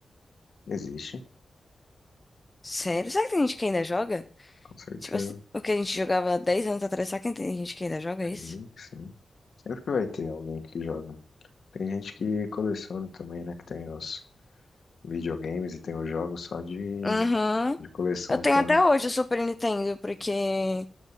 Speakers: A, on the left; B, on the left.
A: Existe,
B: Sério? Será que tem gente que ainda joga?
A: com certeza.
B: Tipo assim, o que a gente jogava 10 anos atrás, será que tem gente que ainda joga isso?
A: Sim, sim. Sempre que vai ter alguém que joga. Tem gente que coleciona também, né? Que tem os videogames e tem os jogos só de,
B: Uhum.
A: de coleção
B: Eu tenho
A: pra.
B: até hoje o Super Nintendo, porque